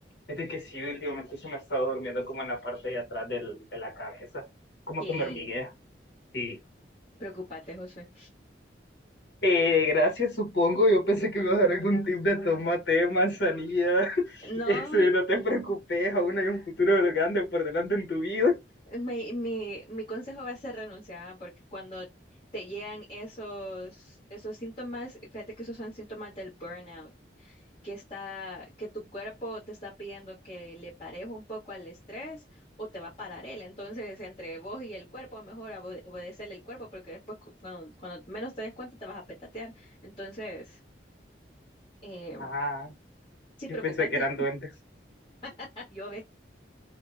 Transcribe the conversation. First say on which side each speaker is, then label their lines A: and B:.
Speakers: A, on the left; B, on the left.
A: Fíjate que sí, últimamente se me ha estado durmiendo como en la parte de atrás del- de la cabeza, como
B: que
A: que me hormiguea. Sí.
B: preocupate, Josué.
A: Eh, gracias, supongo. Yo pensé que me ibas a dar algún tip de tomate, manzanilla. <laughs>
B: No,
A: Ese, no te preocupes, aún hay un futuro grande por delante en tu vida.
B: mi, mi, mi consejo va a ser renunciar, porque cuando te llegan esos, esos síntomas, fíjate que esos son síntomas del burnout, que está, que tu cuerpo te está pidiendo que le parejo un poco al estrés o te va a parar él. Entonces, entre vos y el cuerpo, mejor abo- obedecerle el cuerpo, porque después cu- cuando, cuando menos te des cuenta te vas a petatear. Entonces, eh,
A: Ah,
B: sí,
A: yo
B: preocupate,
A: pensé que eran duendes.
B: <laughs> yo